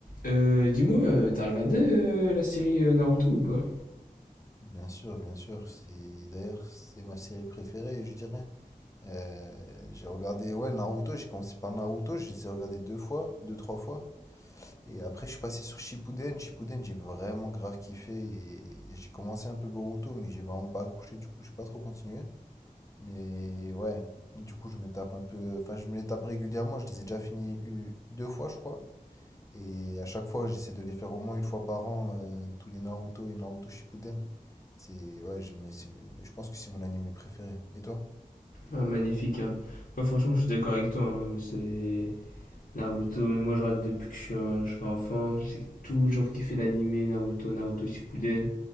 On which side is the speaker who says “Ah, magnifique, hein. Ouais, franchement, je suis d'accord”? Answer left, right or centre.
Left